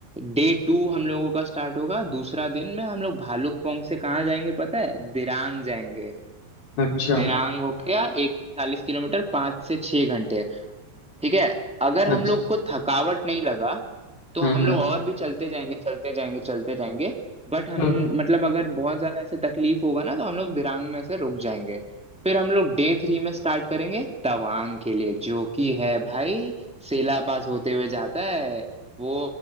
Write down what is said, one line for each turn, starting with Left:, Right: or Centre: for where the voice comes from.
Centre: डे टू हम लोगों का स्टार्ट होगा दूसरा दिन में हम लोग भालुकपोंग से कहाँ जाएंगे पता है दिरांग जाएंगे
Left: अच्छा
Centre: दिरांग हो गया एक सौ चालीस किलोमीटर पाँच से छह घंटे ठीक है अगर हम
Left: अच्छा
Centre: लोग को थकावट नहीं लगा तो
Left: हाँ
Centre: हम
Left: हाँ
Centre: लोग और भी चलते जाएंगे चलते जाएंगे चलते जाएंगे बट हम
Left: हाँ
Centre: मतलब अगर बहुत ज्यादा ऐसे तकलीफ होगा ना तो हम लोग दिरांग में से रुक जाएंगे फिर हम लोग डे थ्री में स्टार्ट करेंगे तवांग के लिए जो कि है भाई सेला पास होते हुए जाता है वो